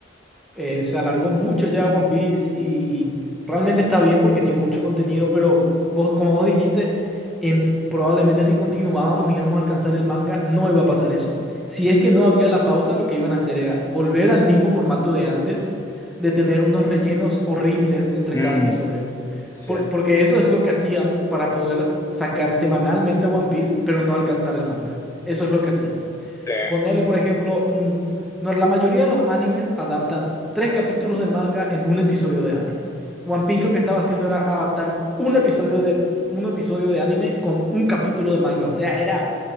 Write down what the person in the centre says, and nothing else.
eh, se alargó mucho ya One Piece y realmente está bien porque tiene mucho contenido, pero vos, como vos dijiste, em, s- probablemente si continuábamos y íbamos a alcanzar el manga, no iba a pasar eso. Si es que no había la pausa, lo que iban a hacer era volver al mismo formato de antes, de tener unos rellenos horribles entre
cada episodio.
Por- porque eso es lo que hacían para poder sacar semanalmente One Piece, pero no alcanzar el manga. Eso es lo que hacían.
Ponerle, por ejemplo, un... No, la mayoría de los animes adaptan tres capítulos de manga en un episodio de anime. One Piece lo que estaba haciendo era adaptar un episodio de, un episodio de anime con un capítulo de manga. O sea, era